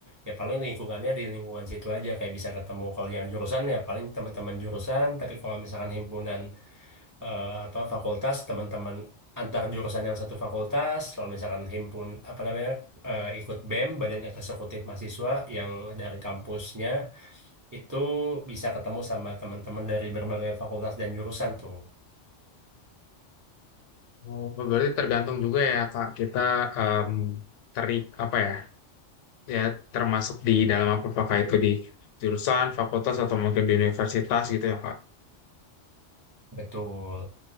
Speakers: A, on the right; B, on the left.
A: ya paling lingkungannya di lingkungan situ aja kayak bisa ketemu kalau yang jurusan ya paling teman-teman jurusan tapi kalau misalkan himpunan eh, apa fakultas teman-teman antar jurusan yang satu fakultas kalau misalkan himpun apa namanya eh, ikut BEM Badan Eksekutif Mahasiswa yang dari kampusnya itu bisa ketemu sama teman-teman dari berbagai fakultas dan jurusan tuh
B: Oh, berarti tergantung juga ya Kak, kita em, terik apa ya? Ya termasuk di dalam apa apakah itu di jurusan, fakultas atau mungkin di universitas gitu ya Kak?
A: betul